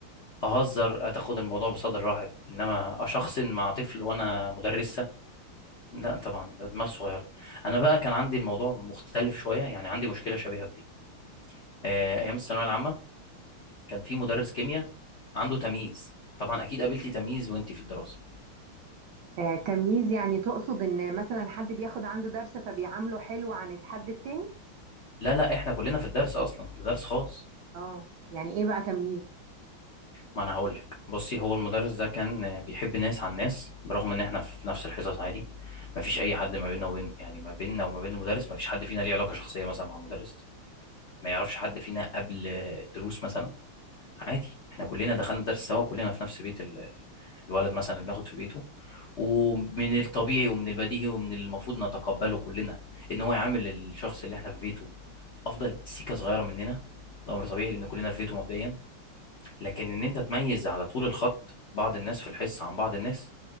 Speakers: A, on the left; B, on the right.
A: اهزر اتاخد الموضوع بصدر رحب انما اشخصن مع طفل وانا مدرسه لا طبعا ده دماغ صغيره انا بقى كان عندي الموضوع مختلف شويه يعني عندي مشكله شبيهه بدي آه، ايام الثانويه العامه كان في مدرس كيمياء عنده تمييز طبعا اكيد قابلتي تمييز وانتي في الدراسه
B: آه تمييز يعني تقصد إن مثلا حد بياخد عنده درس فبيعامله حلو عن الحد التاني
A: لا لا احنا كلنا في الدرس اصلا ده درس خاص
B: اه يعني إيه بقى تمييز
A: ما انا هقول لك بصي هو المدرس ده كان بيحب ناس عن ناس برغم ان احنا في نفس الحصص عادي ما فيش اي حد ما بيننا وبين يعني ما بيننا وما بين المدرس ما فيش حد فينا ليه علاقه شخصيه مثلا مع المدرس ما يعرفش حد فينا قبل دروس مثلا عادي احنا كلنا دخلنا درس سوا كلنا في نفس بيت ال... ال- الولد مثلا اللي بناخد في بيته ومن الطبيعي ومن البديهي ومن المفروض نتقبله كلنا ان هو يعامل الشخص اللي احنا في بيته افضل سيكه صغيره مننا ده امر طبيعي لان كلنا في بيته مبدئيا لكن ان انت تميز على طول الخط بعض الناس في الحصه عن بعض الناس